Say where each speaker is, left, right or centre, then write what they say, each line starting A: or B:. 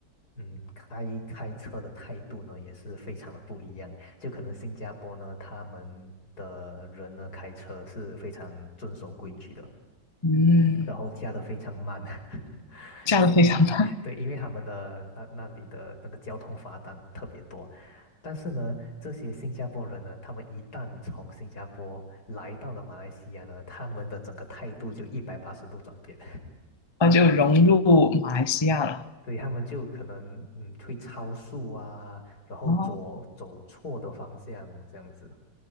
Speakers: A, on the left; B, on the left.
A: 嗯，开开车的态度呢也是非常的不一样。就可能新加坡呢，他们的人呢开车是非常遵守规矩的。
B: 嗯
A: 然后驾的非常慢，<laughs>
B: 这样非常棒，
A: 因为对，因为他们的那那里的那个交通罚单特别多。但是呢，这些新加坡人呢，他们一旦从新加坡来到了马来西亚呢，他们的整个态度就一百八十度转变，
B: <laughs> 那就融入马来西亚了。
A: <laughs> 对，他们就可能嗯会超速啊，然后左走错的方向这样子。
B: 哦，